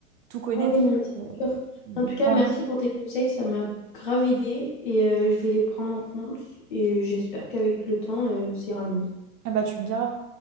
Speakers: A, on the right (about 75°); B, on the left (about 35°).
A: tout connaître.
B: Ah oui, non, mais c'est
A: euh,
B: sûr. En tout cas,
A: en-
B: merci pour tes conseils, ça m'a grave aidé et euh, je vais les prendre en compte et j'espère qu'avec le temps, euh, ça ira mieux.
A: Ah bah, tu me diras.